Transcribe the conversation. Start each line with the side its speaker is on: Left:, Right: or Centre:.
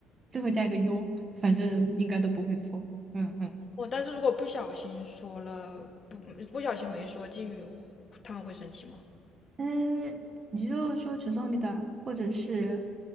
Right: 最后加一个 u，反正应该都不会错。嗯嗯。
Left: 我但是如果不小心说了，不不小心没说敬语，他们会生气吗？
Right: 嗯，你就说죄송합니다或者是